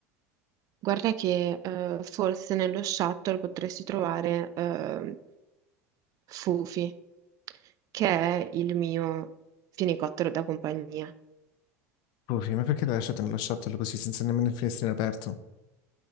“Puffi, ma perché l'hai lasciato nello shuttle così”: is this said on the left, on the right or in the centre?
Left